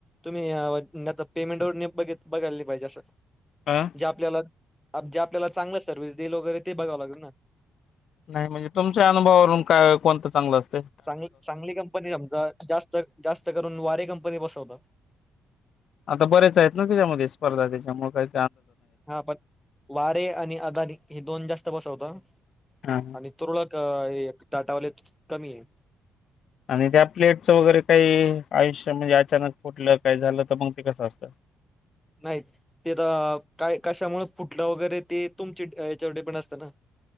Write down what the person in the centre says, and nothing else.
तुम्हीता पेमेंटवरनी बघ बघायले पाहिजे असं.
जे आपल्याला जे आपल्याला चांगलं सर्वि्हस दिल वगैरे ते बघावं लागल ना.
चांग चांगली कंपनी समजा जास्त जास्त करून वारे कंपनी शोधा.
हा पण वारे आणि अदानी हे दोन जास्त बसवता
आणि तुरळक टाटा वाले कमी आहे.
नाही ते तर काय कशामुळे फुटलं वगैरे ते तुमचे याच्यावर डिपेंड असतं ना.